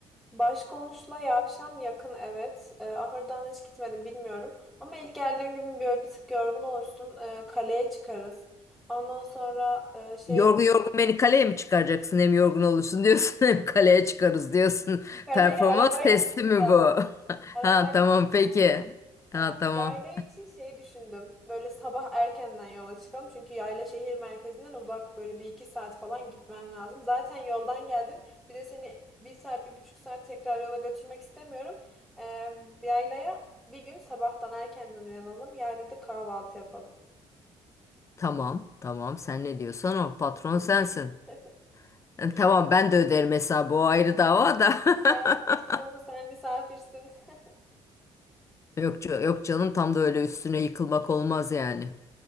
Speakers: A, in the centre; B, on the left.
A: Başkonuşla Yavşan yakın evet. E, Ahırdan hiç gitmedim bilmiyorum. Ama ilk geldiğin gün böyle bir tık yorgun olursun. E, kaleye çıkarız. Ondan sonra e, şeye
B: Yorgun
A: gidip
B: yorgun beni kaleye mi çıkaracaksın? Hem yorgun olursun diyorsun <laughs> hem kaleye çıkarız diyorsun.
A: kaleye
B: Performans
A: arabayla
B: testi
A: çıkacağız.
B: mi bu? <laughs>
A: Arabayla
B: Ha tamam
A: çıkacağız.
B: peki. Ha
A: E,
B: tamam.
A: yayla için şey düşündüm. Böyle sabah erkenden yola çıkalım. Çünkü yayla şehir merkezinden uzak. Böyle bir iki saat falan gitmen lazım. Zaten yoldan geldin. Bir de seni bir saat, bir buçuk saat tekrar yola götürmek istemiyorum. E, yaylaya bir gün sabahtan erkenden uyanalım. Yaylada kahvaltı yapalım.
B: Tamam tamam sen ne diyorsan o patron
A: Tamam.
B: sensin.
A: <laughs>
B: E, Tamam
A: İlk
B: ben de öderim hesabı o ayrı dava da. <laughs>
A: ya saçmalama sen misafirsin. <laughs>
B: Yok, ca- yok canım tam da öyle üstüne yıkılmak olmaz yani.